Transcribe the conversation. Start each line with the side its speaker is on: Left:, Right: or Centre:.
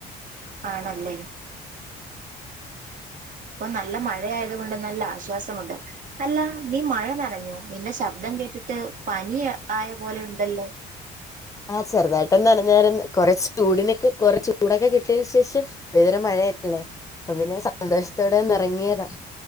Right: ആണല്ലേ ഇപ്പൊ നല്ല മഴയായത് കൊണ്ട് നല്ല ആശ്വാസമുണ്ട് അല്ല.. നീ മഴ നനഞ്ഞോ? നിന്റെ ശബ്ദം കേട്ടിട്ട് പനി ആയ പോലെ ഉണ്ടല്ലോ?
Left: ആഹ് ചെറുതായിട്ടൊന്ന് നനഞാരുന്ന് കുറച്ച് ചൂടിനൊക്കെ കുറെചൂടൊക്കെ കിട്ടിയ ശേഷം ഇത് വരെമഴയല്ലേ അപ്പം പിന്നെ സന്തോഷത്തോടെ ഒന്നിറങ്ങിയതാ